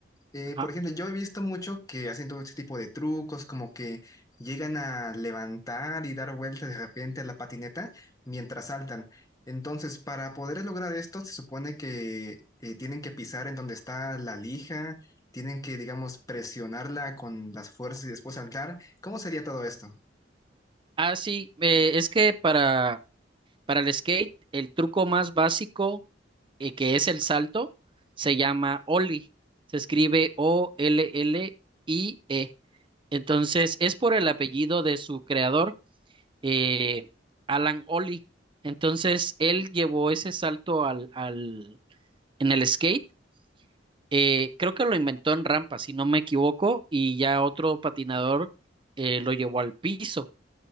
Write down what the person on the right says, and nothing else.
Ajá.
Ah, sí, eh, es que para, para el skate, el truco más básico, eh, que es el salto, se llama Ollie. Se escribe O-L-L-I-E. Entonces, es por el apellido de su creador, eh, Alan Ollie. Entonces, él llevó ese salto al, al, en el skate Eh, creo que lo inventó en rampa, si no me equivoco, y ya otro patinador eh, lo llevó al piso.